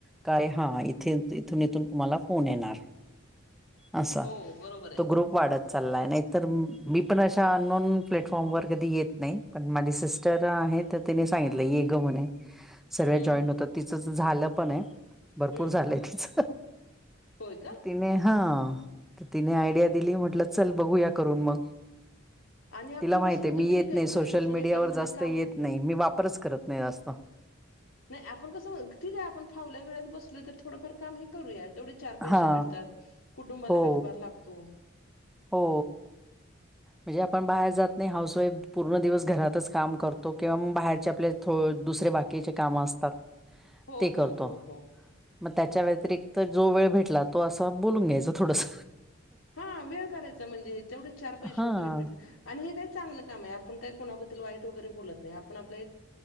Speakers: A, in the centre; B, on the left.
A: काय हा इथून इथून तुम्हाला फोन येणार अस.
B: हो बरोबर आहे.
A: तो ग्रुप वाढत चाललाय. नाहीतर मी पण अशा अननोन प्लॅटफॉर्म वर कधी येत नाही. पण माझी सिस्टर आहे तर तिने सांगितल, ये ग म्हणे. सर्वच
B: हम्म
A: जॉईट
B: हम्म
A: होतात. तिच झाल पण आहे. भरपूर
B: हम्म
A: झालय तिच.
B: होय का?
A: तिने ह तिने आयडिया दिली. म्हटल चल बघूया करून मग.
B: आणि आपण
A: तिला माहित
B: कसं म्हणतो
A: आहे मी
B: ठीक
A: येत नाही.
B: घरी
A: सोशल
B: बसून
A: मीडियावर
B: एखादं म्हणजे
A: जास्त
B: काम
A: येत
B: होतंय.
A: नाही. मी वापरच करत नाही जास्त.
B: नाही आपण कस म्हणतो. ठीक आहे आपण फावल्या वेळात बसलो तर थोडफार काम हे करूया. तेवढेच चार पैसे
A: हा
B: भेटतात. कुटुंबाला
A: हो
B: हातभार लागतो.
A: हो म्हणजे आपण बाहेर जात नाही. हाऊस वाईफ पूर्ण दिवस घरातच काम करतो. किंवा बाहेरचे आपल्या दुसरे बाकीचे काम असतात
B: हो
A: ते करतो.
B: हो हो हो
A: मग त्याच्या व्यतिरिक्त जो वेळ भेटला तो अस बोलून घ्यायच थोडस.
B: हा वेळ काढायचा म्हणजे, तेवढच चार पैसे
A: हां
B: वगैरे भेटता. आणि हे काही चांगल काम आहे. आपण काही कोणाबद्दल वाईट वगैरे बोलत नाही. आपण आपल